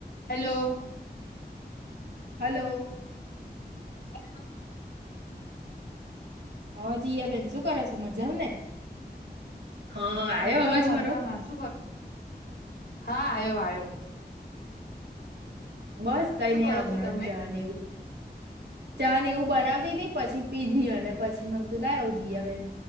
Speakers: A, on the left; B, on the right.
A: હેલો
B: હલો
A: હે
B: હ જયા બેેન શું કરો છો મજા આવ ને હા આવ્યો
A: મજામાં
B: અવાજ મારો
A: મજામાં શું કરું હા આવ્યો આ્યો
B: બસ કઈ
A: શું
B: નહી
A: કરો
B: આપમણા
A: છો તમે
B: જ જવા એવું ચા એવું બનાવતી તી પછી પીધી અને પછી મ તું લાવ આવ જયા બેેન